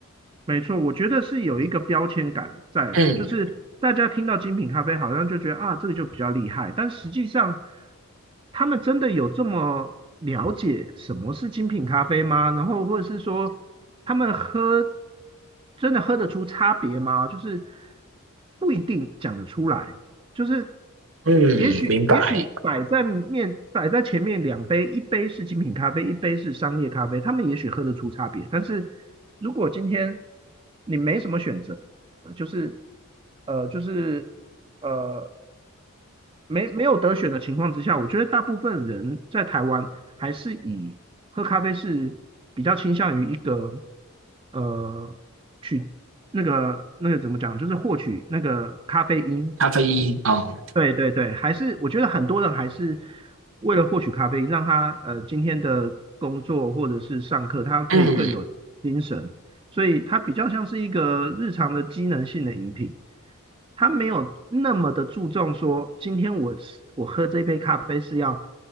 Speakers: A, on the right (about 25°); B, on the right (about 65°).
A: 没错，我觉得是有一个标签感在，
B: 嗯
A: 就是大家听到精品咖啡好像就觉得啊，这个就比较厉害，但实际上他们真的有这么了解什么是精品咖啡吗？然后或者是说他们喝真的喝得出差别吗？就是不一定讲得出来。就是
B: 嗯，
A: 也许也许摆在面摆在前面两杯，
B: 明白。
A: 一杯是精品咖啡，一杯是商业咖啡，他们也许喝得出差别。但是如果今天你没什么选择，呃就是呃就是呃没没有得选的情况之下，我觉得大部分人在台湾还是以喝咖啡是比较倾向于一个呃取那个那个怎么讲，就是获取那个咖啡因
B: 咖啡因哦，
A: 对对对，还是我觉得很多人还是为了获取咖啡因，让他呃今天的工作或者是上课，他可以更有精神，
B: 嗯，
A: 所以它比较像是一个日常的机能性的饮品，他没有那么的注重说今天我是我喝这杯咖啡是要